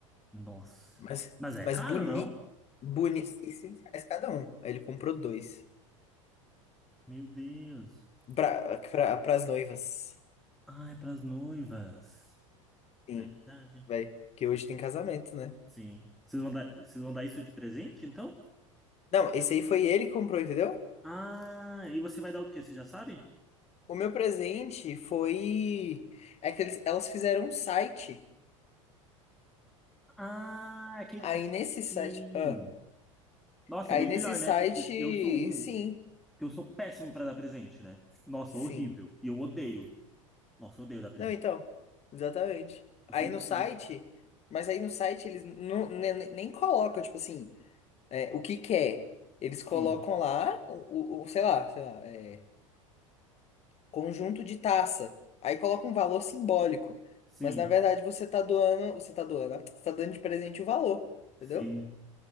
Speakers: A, in the centre; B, on the left (about 40°).
A: Nossa.
B: Mas,
A: Mas é
B: mas
A: caro,
B: boni
A: não?
B: boni 600 reais cada um. Aí ele comprou dois.
A: Meu Deus.
B: Pra, pra, pras noivas.
A: Ai, pras noivas.
B: Sim.
A: É verdade.
B: Vai. Que hoje tem casamento, né?
A: Sim. Vocês vão dar, vocês vão dar isso de presente, então?
B: Não, esse aí foi ele que comprou, entendeu?
A: Ah, e você vai dar o quê? Você já sabe?
B: O meu presente foi. É que eles, elas fizeram um site.
A: Ah, aquele.
B: Aí
A: aque-
B: nesse site.
A: Sim.
B: Ah,
A: Nossa,
B: aí
A: é bem
B: nesse
A: melhor,
B: site.
A: né? Porque eu sou um
B: Sim.
A: que eu sou péssimo para dar presente, né? Nossa,
B: Sim.
A: horrível. E eu odeio. Nossa, eu odeio dar presente.
B: Não, então. Exatamente. Aí
A: Eu sou muito.
B: no site.
A: inde-
B: Mas aí no site eles não, nem, nem colocam, tipo assim. é, o que quer? Eles colocam
A: Sim,
B: lá, o, o- o- sei lá, sei lá, é, conjunto de taça. Aí coloca um valor simbólico.
A: sim,
B: Mas na verdade você tá doando, você tá doando, ó, você tá dando de presente o valor, entendeu?
A: sim,